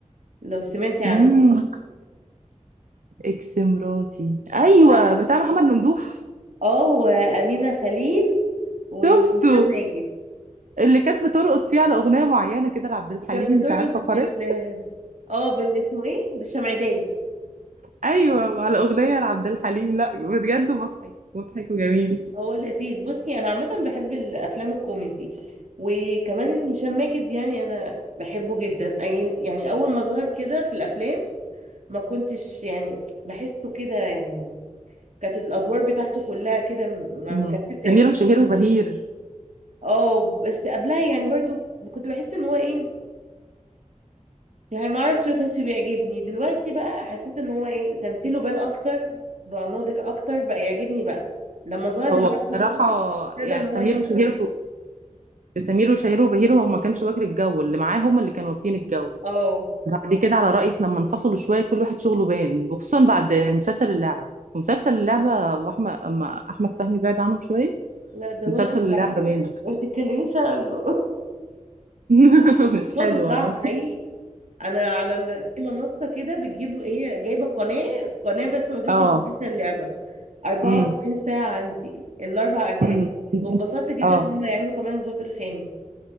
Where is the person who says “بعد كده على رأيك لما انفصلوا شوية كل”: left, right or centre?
Right